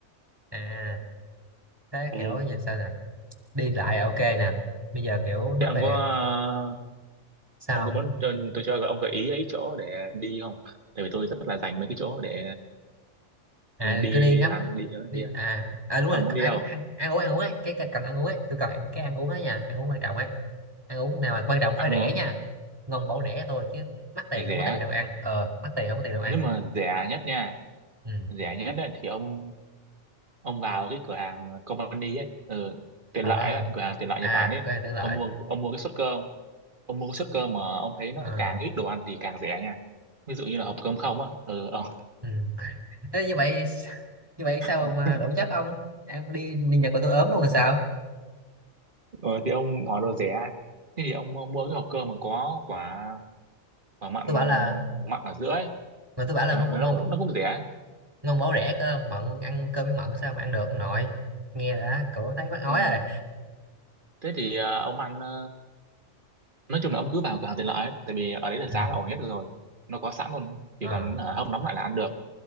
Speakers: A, on the right; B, on the right.
A: À thế
B: ừ
A: kiểu giờ sao nè? Đi lại à, ok nè. Bây giờ kiểu nó
B: thế ông
A: về
B: có à,
A: sao
B: ông có
A: không?
B: muốn cho- tôi cho ông gợi ý ấy chỗ để đi không tại vì tôi rất là dành mấy cái chỗ để
A: À
B: đi
A: cứ đi ngắm
B: ăn đi ở
A: đi
B: kia
A: à à đúng
B: ông
A: rồi
B: muốn đi
A: ăn
B: đâu
A: ăn ăn uống ăn uống ấy cái, cái cần ăn uống ấy tôi cần ăn cái ăn uống ấy nha ăn uống quan trọng ấy ăn uống nào mà quan trọng phải
B: ăn
A: rẻ
B: uống
A: nha ngon bổ rẻ thôi chứ mắc tiền
B: thì rẻ
A: không có tiền đâu ăn ờ mắc tiền không có tiền đâu ăn
B: nếu mà rẻ nhất nha
A: ừ
B: rẻ nhất ấy, thì ông ông vào cái cửa hàng company ấy ừ, tiện
A: à,
B: lợi ấy, cửa hàng tiện lợi
A: à
B: Nhật Bản ấy
A: quên tưởng lại
B: ông mua ông mua cái suất cơm ông
A: sức
B: mua cái suất cơm mà ông thấy nó
A: ờ
B: càng ít đồ ăn thì càng rẻ nha ví dụ như là hộp cơm không á ừ, ông
A: ừ. Thế như vậy <laughs> như vậy sao
B: <laughs>
A: mà đủ chất ông ăn đi đi Nhật mà tôi ốm luôn rồi sao
B: ừ, thì ông hỏi đồ rẻ thế thì ông mua mua cái hộp cơm mà có quả quả mặn
A: tôi bảo là
B: mặn ở giữa ấy
A: mà tôi bảo là
B: à,
A: ngon
B: nó
A: bổ ngon
B: nó cũng nó cũng rẻ
A: ngon bổ rẻ cơ mận ăn cơm với mận sao mà ăn được nội nghe đã cổ thấy mắc ói
B: ừ,
A: rồi
B: thế thì ờ, ông ăn ờ, nói chung là ông cứ vào cửa hàng tiện lợi ấy, tại vì ở đấy là
A: ừ
B: giá là ổn nhất rồi nó có sẵn luôn
A: ờ
B: chỉ cần hả, hâm nóng lại là ăn được